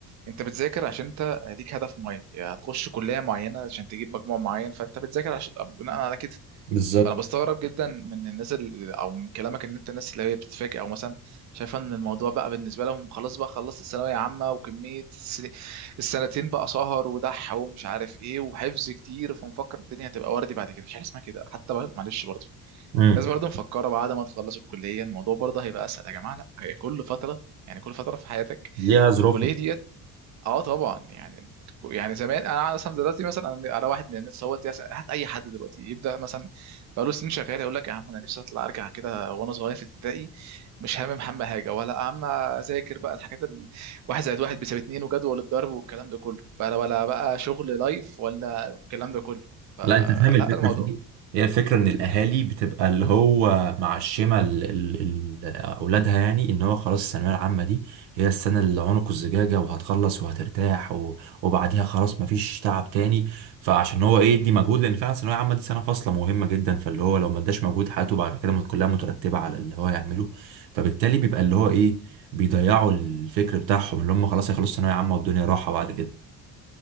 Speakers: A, on the right; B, on the right.
A: انت بتذاكر عشان انت ليك هدف معين يا هتخش كليه معينه عشان تجيب مجموع معين فانت بتذاكر عشان بناء على كده
B: بالظبط
A: انا بستغرب جدا من الناس اللي او من كلامك ان انت الناس اللي هي بتتفاجئ او مثلا شايفه ان الموضوع بقى بالنسبه لهم خلاص بقى خلصت الثانويه عامه وكميه السن- السنتين بقى سهر ودح ومش عارف ايه وحفظ كتير فمفكر الدنيا هتبقى وردي بعد كده مش حاجه اسمها كده حتى بقى معلش برضه
B: امم
A: الناس برضه مفكره بعد ما تخلص الكليه الموضوع برضه هيبقى اسهل يا جماعه لا هي كل فتره يعني كل فتره في حياتك
B: ليها ظروفها
A: الكليه ديت اه طبعا يعني يعني زمان انا اصلا دلوقتي مثلا انا أنا واحد من الناس هو هات اي حد دلوقتي يبدا مثلا بقاله سنين شغال يقول لك يا عم انا نفسي اطلع ارجع كده وانا صغير في ابتدائي مش هامم هم حاجه ولا هم اذاكر بقى الحاجات ال- واحد زائد واحد بيساوي اتنين وجدول الضرب والكلام ده كله بقى ولا بقى شغل لايف ولا الكلام ده كله فلا
B: لا انت فاهم الفكره
A: الموضوع
B: في دي هي الفكره ان الاهالي بتبقى اللي هو معشمه ال- ال- ال- اولادها يعني ان هو خلاص الثانويه العامه دي هي السنه اللي عنق الزجاجه وهتخلص وهترتاح و- وبعديها خلاص مفيش تعب تاني فعشان هو ايه يدي مجهود لان فعلا الثانويه العامه دي سنه فاصله مهمه جدا فاللي هو لو ما اداش مجهود حياته بعد كده مت- كلها مترتبه على اللي هو يعمله فبالتالي بيبقى اللي هو ايه بيضيعوا الفكر بتاعهم اللي هم خلاص هيخلصوا ثانويه عامه والدنيا راحه بعد كده